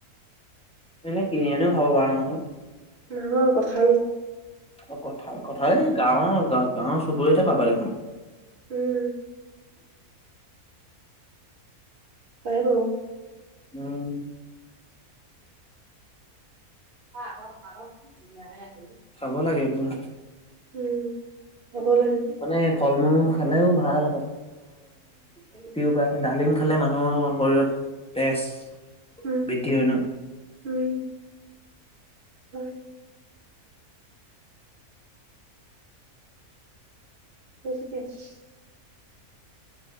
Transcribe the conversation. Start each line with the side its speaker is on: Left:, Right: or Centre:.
Centre: এনে কিনি আনিও খাব পাৰা নহয়।
Right: নহয় কঠাল
Centre: অ কঁঠাল, কঁঠাল এই গাঁৱৰ গাঁৱৰ চুবুৰিতে পাবা দেখোন।
Right: উম। পাই বাও।
Centre: উম।
Right: <inaudible>
Centre: খাব লাগে এইবোৰ উম।
Right: উম। খাব লাগে।
Centre: মানে ফল মূল খালেও ভাল
Right: <inaudible>
Centre: প্ৰ্যাই ডালিম খালে মানুহৰ শৰীৰত তেজ
Right: উম
Centre: বৃদ্ধি হয় ন
Right: উম। হয়। <inaudible>